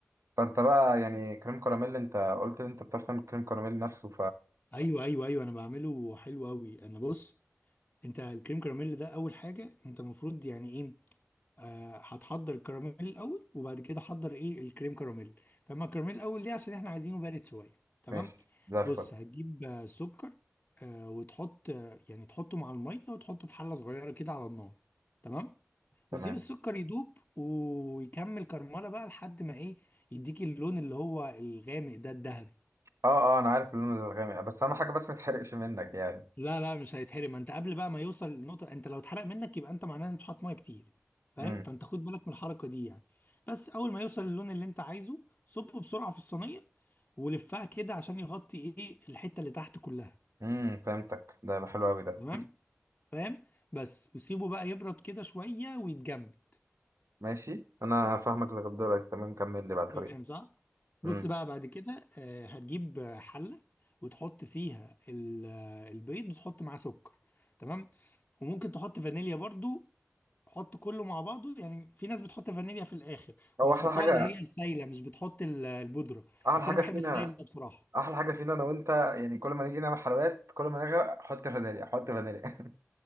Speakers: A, on the right; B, on the left.
A: فانت بقى يعني كريم كراميل انت قلت ان انت بتعرف تعمل كريم كراميل نفسه
B: ايوه ايوه ايوه انا بعمله حلو قوي انا بص انت الكريم كراميل ده اول حاجه انت المفروض يعني ايه آه هتحضر الكراميل الاول وبعد كده حضر ايه الكريم كراميل فاما الكراميل الاول ليه عشان احنا عايزينه بارد شويه تمام
A: فماشي زي الفل
B: بص هتجيب آه، سكر آه وتحط آه يعني تحطه مع الميه وتحطه في حله صغيره كده على النار تمام وتسيب
A: تمام
B: السكر يدوب ويكمل كرمله بقى لحد ما ايه يديك اللون اللي هو الغامق ده الذهبي
A: اه اه انا عارف اللون الغامق بس اهم حاجه بس ما تحرقش منك يعني
B: لا لا مش هيتحرم ما انت قبل بقى ما يوصل للنقطه انت لو اتحرق منك يبقى انت معناه ان مش حاطط ميه كتير فاهم
A: امم
B: فانت خد بالك من الحركه دي يعني بس اول ما يوصل للون اللي انت عايزه صبه بسرعه في الصينيه ولفها كده عشان يغطي ايه الحته اللي تحت كلها
A: امم فهمتك ده حلو قوي ده
B: تمام فاهم بس وسيبه بقى يبرد كده شويه ويتجمد
A: ماشي انا فاهمك لغايه دلوقتي تمام كمل لي بقى الطريق
B: فاهم صح بص
A: امم
B: بقى بعد كده آه، هتجيب آه، حله وتحط فيها ال- آه، البيض وتحط معاه سكر تمام وممكن تحط فانيليا برضو حط كله مع بعضه يعني في ناس بتحط فانيليا في الاخر
A: هو
B: وبتحطها
A: احلى حاجه
B: اللي هي السايله مش بتحط ال- البودره
A: احلى
B: بس
A: حاجه
B: انا بحب
A: فينا
B: السايله بصراحه
A: احلى حاجه فينا انا وانت يعني كل ما نيجي نعمل حلويات كل ما نغرق حط فانيليا حط فانيليا